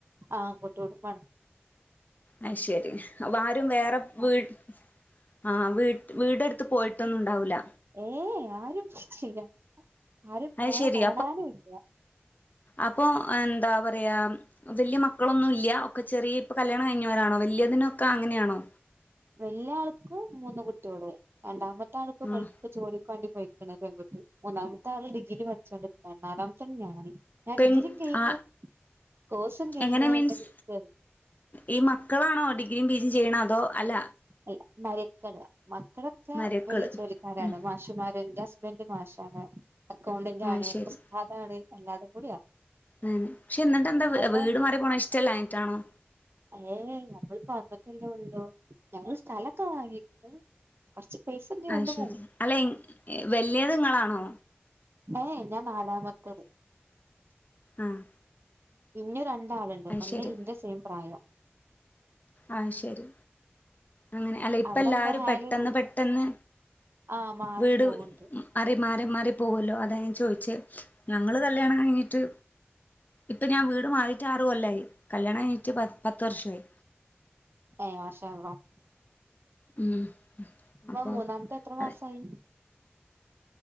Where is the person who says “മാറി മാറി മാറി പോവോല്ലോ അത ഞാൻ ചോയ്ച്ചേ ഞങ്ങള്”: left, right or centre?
Left